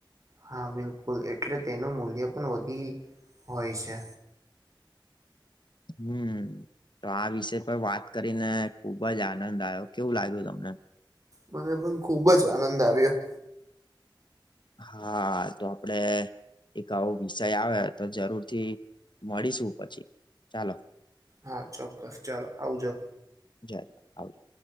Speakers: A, on the right; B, on the left.
A: હા, બિલકુલ એટલે તેનું મૂલ્ય પણ વધી હોય છે.
B: હમ્મ, તો આ વિષય પર વાત કરીને ખુબજ આનંદ આયો. કેવું લાગ્યું તમને?
A: મને પણ ખુબજ આનંદ આવ્યો.
B: હા, તો આપડે એક આવો વિષય આવે, તો જરૂર થી મળીશું પછી, ચાલો.
A: હા, ચોક્કસ, ચાલો આવજો.
B: જય, આવજો.